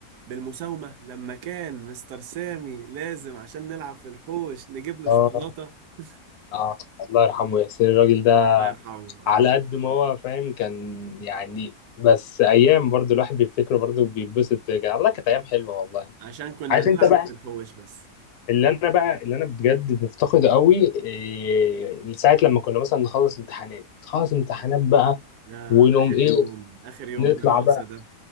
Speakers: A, on the right; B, on the left.
A: بالمساومة لما كان مستر سامي لازم عشان نلعب في الحوش نجيب له
B: اه
A: شوكولاتة <laughs>
B: اه الله يرحمه ياسر الراجل ده
A: الله يرحمه
B: على
A: الله يرحمه
B: قد ما هو فاهم كان يعني بس ايام برضو الواحد بيفتكره برضو بيتبسط كده الله كانت ايام حلوه والله
A: عشان كنا
B: عارف
A: نلعب
B: انت بقى
A: في الحوش بس
B: اللي انا بقى اللي انا بجد مفتقده قوي إيه ساعه لما كنا مثلا نخلص امتحانات خلص امتحانات بقى
A: يا
B: ونقوم
A: آخر
B: ايه
A: يوم آخر يوم
B: نطلع
A: دراسة
B: بقى
A: ده